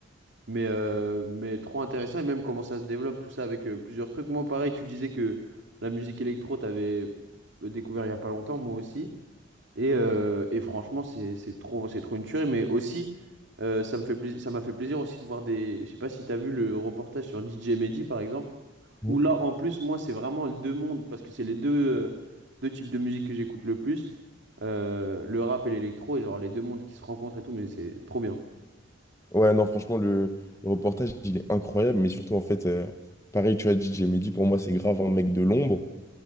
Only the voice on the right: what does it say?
Mais, euh, mais trop intéressant et même comment ça se développe tout ça avec euh, plusieurs trucs. Moi pareil, tu disais que la musique électro, t'avais euh, découvert il y a pas longtemps, moi aussi. Et, euh, et franchement, c'est c'est trop, c'est trop une tuerie. Mais aussi, euh, ça me fait plaisir, ça m'a fait plaisir aussi de voir des. Je sais pas si t'as vu le reportage sur DJ Mehdi, par exemple,
où là, en plus, moi, c'est vraiment les deux mondes, parce que c'est les deux, euh, deux types de musique que j'écoute le plus, euh, le rap et l'électro, et genre les deux mondes qui se rencontrent et tout, mais c'est trop bien.